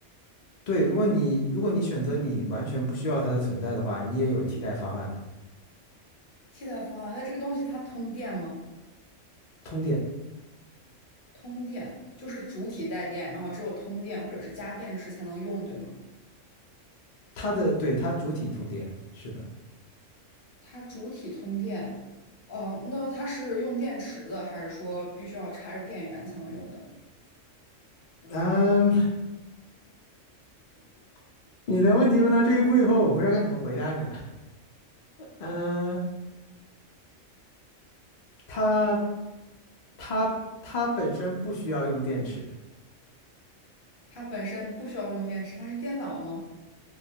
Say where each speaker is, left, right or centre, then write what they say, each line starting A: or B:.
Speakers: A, on the left (about 75°); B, on the left (about 50°).
A: 对，如果你如果你选择你完全不需要它的存在的话，你也有替代方案，
B: 替代方案，那这个东西它通电吗？
A: 通电。
B: 通电就是主体带电，然后只有通电或者是加电池才能用，对吗？
A: 它的对它主体通电，是的。
B: 它主体通电，哦、那它是用电池的，还是说必须要插着电源才能用的？
A: 嗯，<laughs> 你的问题问到这一步以后，我不知道该怎么回答你了。嗯，它它它本身不需要用电池，
B: 它本身不需要用电池，它是电脑吗？